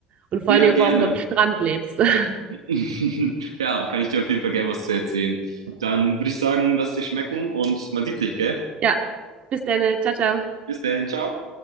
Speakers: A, on the right; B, on the right.
A: und vor
B: Ja,
A: allen Dingen,
B: gerne.
A: auch, warum du am Strand lebst. <laughs>
B: <laughs> Ja, kann ich dir auf jeden Fall gerne was zu erzählen. Dann würde ich sagen, lass dir schmecken und man sieht sich, gell?
A: Ja, bis dann, ciao, ciao.
B: Bis dann, ciao.